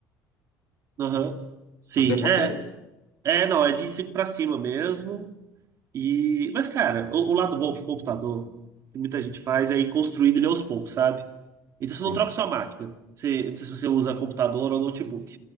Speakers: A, on the right (about 45°); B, on the left (about 80°).
A: Aham. Sim,
B: Você aconselha?
A: é. É, não, é de 5 para cima mesmo. E, mas, cara, o, o lado bom do computador, que muita gente faz, é ir construindo ele aos poucos, sabe? Então você
B: Sim.
A: não troca sua máquina. Você, não sei se você usa computador ou notebook.